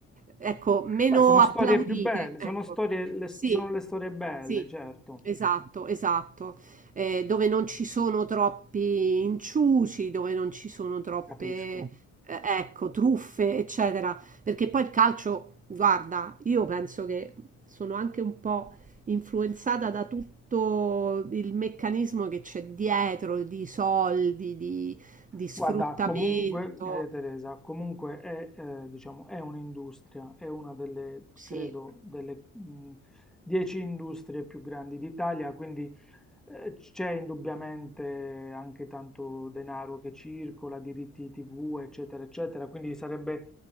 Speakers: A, on the right; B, in the centre.
A: ecco, meno
B: Beh, sono
A: applaudite.
B: storie più belle,
A: Ecco.
B: sono storie, le-
A: Sì,
B: sono le storie belle,
A: sì,
B: certo,
A: esatto, esatto. Eh, dove non ci sono troppi inciuci, dove non ci sono troppe,
B: capisco.
A: eh, ecco, truffe, eccetera. Perché poi il calcio, guarda, io penso che sono anche un po' influenzata da tutto il meccanismo che c'è dietro di soldi, di, di sfruttamento.
B: Guarda, comunque, Maria Teresa, comunque è, eh, diciamo, è un'industria, è una delle,
A: Sì,
B: credo, delle mh, dieci industrie più grandi d'Italia, quindi eh, c'è indubbiamente anche tanto denaro che circola, diritti TV, eccetera, eccetera, quindi sarebbe